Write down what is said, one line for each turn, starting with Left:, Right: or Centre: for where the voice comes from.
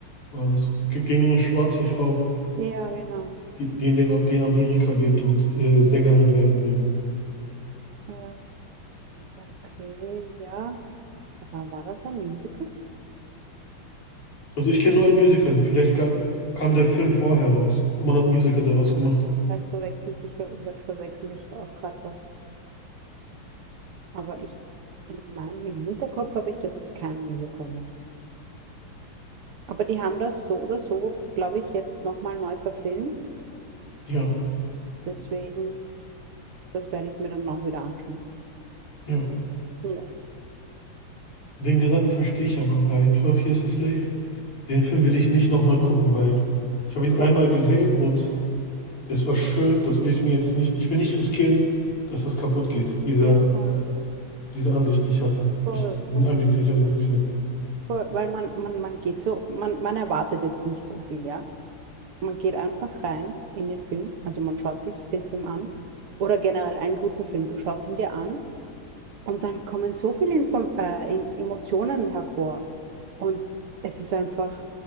Left: war das. G- Ging um eine schwarze Frau,
Right: Ja, genau.
Left: die, die, in, den, die in Amerika lebt und äh, Sängerin werden will.
Right: Äh, okay, ja. Aber war das ein Musical?
Left: Also ich kenne nur ein Musical. Vielleicht ga- kam der Film vorher raus und man hat ein Musical daraus gemacht.
Right: Vielleicht verwechselt sich, ja, verwechsel ich auch gerade was. Aber ich, in meinem im Hinterkopf habe ich, dass es kein Musical war. Aber die haben das so oder so, glaube ich, jetzt nochmal neu verfilmt.
Left: Ja,
Right: Deswegen, das werde ich mir dann auch wieder anschauen.
Left: ja.
Right: Ja,
Left: Den Gedanken verstehe ich aber bei 12 Years a Slave. Den Film will ich nicht nochmal gucken, weil ich habe ihn einmal
Right: der war,
Left: gesehen und
Right: ja,
Left: es war schön. Das will ich mir jetzt nicht. Ich will nicht riskieren, dass das kaputt geht. Diese,
Right: ja, voll,
Left: diese Ansicht, die ich hatte.
Right: voll,
Left: Die ich, den
Right: voll,
Left: Einblick, den ich hatte bei dem Film.
Right: voll. Weil man, man, man geht so, man, man erwartet jetzt nicht so viel, ja. Man geht einfach rein in den Film. Also man schaut sich den Film an. Oder generell einen guten Film. Du schaust ihn dir an Und dann kommen so viele Info äh, in Emotionen hervor. Und es ist einfach,